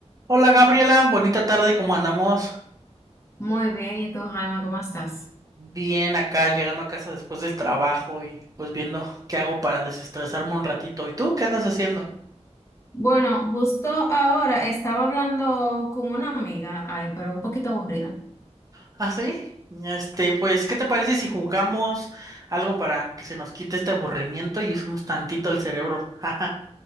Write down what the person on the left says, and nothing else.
Muy bien, ¿y tú, Jaime, cómo estás?
Bueno, justo ahora estaba hablando con una amiga, ay, pero un poquito aburrida.